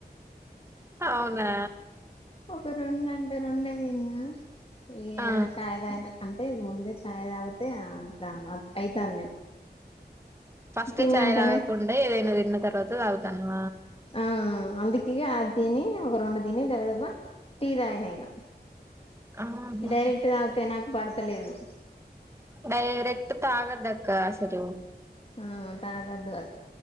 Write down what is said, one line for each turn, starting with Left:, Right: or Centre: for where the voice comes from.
Right: అవునా
Left: ఒక రెండంటే రెండే తిన్న ఈ
Right: ఆ
Left: చాయ్ తగిన అంటే ముందే చాయ్ తాగితే అట్లా అవుతాది నేను
Right: ఫస్ట్
Left: తిన్నాకనే
Right: చాయ్ తాగకుండా ఏదైనా తిన్న తర్వాత తాగుతనవ
Left: ఆ అందుకే ఆ అది తిని ఒక రెండు దిని దబ దబ టీ తాగిన ఇక
Right: ఆహా
Left: డైరెక్ట్గా తినక బడతలేదు
Right: డైరెక్ట్ తాగొద్దక్క సర
Left: ఆ తాగద్దు అది